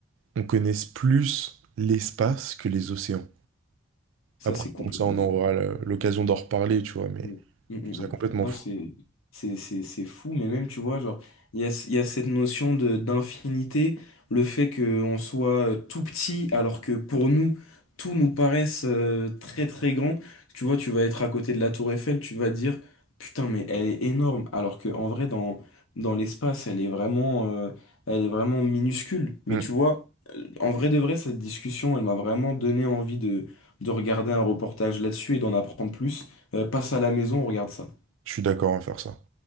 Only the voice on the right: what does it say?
on connaisse plus l'espace que les océans.
Après,
bon, ça, on
aura le- l'occasion d'en reparler, tu vois, mais
Je trouve
ça complètement
fou.
Mm.
Je suis d'accord à faire ça.